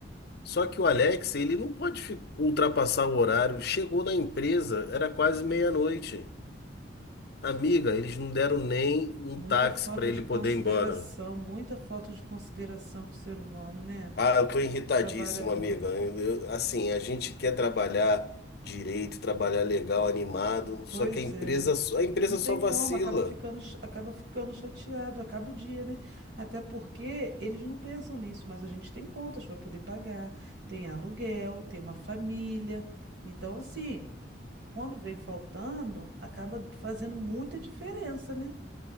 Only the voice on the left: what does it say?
só que o Alex, ele não pode fi- ultrapassar o horário. Chegou na empresa, era quase meia-noite. Amiga, eles não deram nem um
táxi
para ele
poder
ir embora.
Ah, eu tô irritadíssimo,
amiga. Eu- assim, a gente quer trabalhar direito, trabalhar legal, animado, só
que a empresa,
só- a empresa
só vacila.